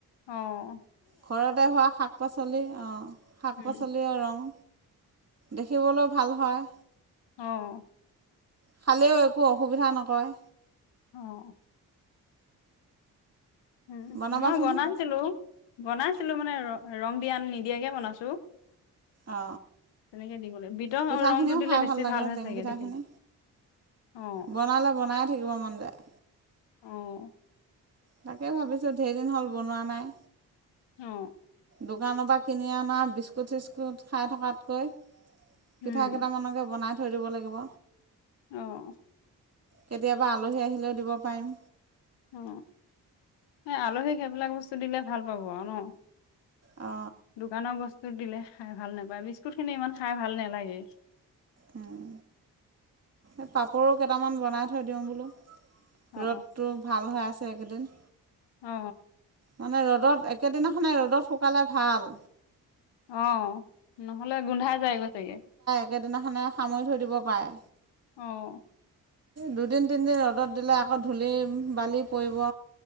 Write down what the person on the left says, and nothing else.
অঁ।
উম।
অহ।
অ। উম
মই বনাইছিলো। বনাইছিলো মানে ৰ ৰং দিয়া নিদিয়াকে বনাইছো।
তেনেকে দিবলৈ বিটৰ
ৰংটো দিলে
বেছি
হয়
চাগে
দেখিলো, অ',
অ',
অ
উম,
অঅ।
উম এ আলহীক সেইবিলাক বস্তু দিলে ভাল পাব আৰু ন।
দোকানৰ বস্তু দিলে খাই ভাল নাপায়। বিস্কুট খিনি ইমান খাই ভাল নালাগে।
অ
অ।
অ। নহ'লে গোন্ধাই যায় গৈ চাগে।
অ।